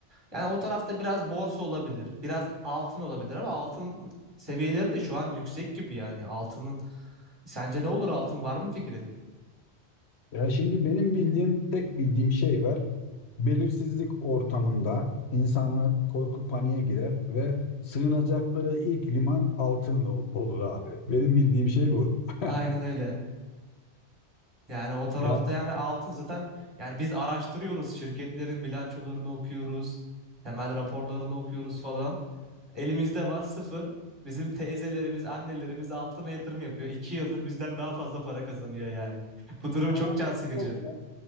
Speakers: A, on the right (about 20°); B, on the left (about 70°).
A: Yani o tarafta biraz borsa olabilir, biraz altın olabilir ama altın seviyeleri de şu an yüksek gibi yani. Altının sence ne olur altın var mı fikrin?
B: Ya şimdi benim bildiğim tek bildiğim şey var. Belirsizlik ortamında insanlar korku paniğe girer ve sığınacakları ilk liman altın ol- olur abi. Benim bildiğim şey bu.
A: <laughs> Aynen
B: <laughs>
A: öyle. Yani o tarafta
B: Yani,
A: yani altın zaten yani biz araştırıyoruz şirketlerin bilançolarını okuyoruz, temel raporlarını okuyoruz falan. Elimizde var sıfır. Bizim teyzelerimiz, annelerimiz altına yatırım yapıyor. İki yıldır bizden daha fazla para kazanıyor yani. <laughs> Bu durum
B: ha,
A: çok can sıkıcı.
B: olur ya.